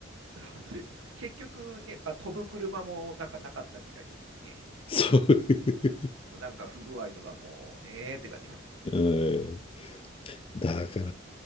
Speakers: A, on the right; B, on the left.
A: <laughs> そうです。結局ね、あ、飛ぶ車もなんかなかったみたいですしね、
B: そういう、
A: なんか不具合とかもうねーって感じです。
B: <laughs> うんだから、